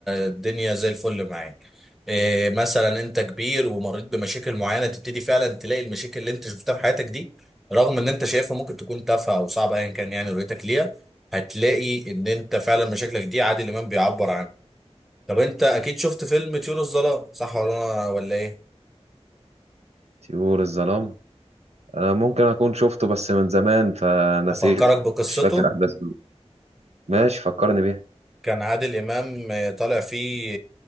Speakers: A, in the centre; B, on the right.
A: الدنيا زي الفل معاك آه، مثلا انت كبير ومريت بمشاكل معينه تبتدي فعلا تلاقي المشاكل اللي انت شفتها في حياتك دي رغم ان انت شايفها ممكن تكون تافهه او صعبه ايا كان يعني رؤيتك ليها هتلاقي ان انت فعلا مشاكلك دي عادل امام بيعبر عنها طب انت اكيد شفت فيلم طيور الظلام صح ولا ولا ايه
B: طيور الظلام انا ممكن اكون شفته بس من زمان فنسيته
A: أفكرك بقصته
B: مش فاكر احداثه ماشي فكرني بيها
A: كان عادل إمام آه، طالع فيه